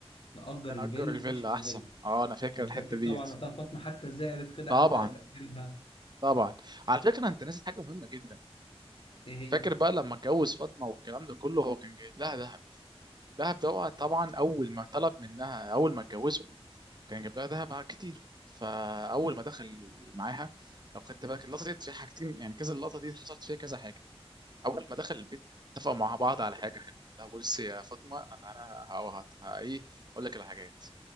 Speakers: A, on the left; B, on the right.
A: نأجر الفيلا
B: نأجر الفيلا
A: مش نعملها
B: احسن اه انا فاكر
A: أنا
B: الحته
A: فاكر
B: ديت
A: طبعا وقتها فاطمة حتى زعلت كده
B: طبعا
A: قعد بقى يفكرها
B: طبعا على فكره انت ناسي حاجه مهمه جدا
A: ايه هي
B: فاكر بقى لما اتجوز فاطمه والكلام ده كله هو كان جايب لها ذهب الذهب ده طبعا اول ما طلب منها اول ما اتجوزه كان جايب لها ذهب كتير فاول ما دخل معاها لو خدت بالك اللقطه دي فيها حاجتين يعني كذا اللقطه دي حصلت فيها كذا حاجه اول ما دخل البيت اتفقوا مع بعض على حاجه حلوه لا بص يا فاطمه انا تعالى هو- هت- ه- ايه اقول لك الحاجات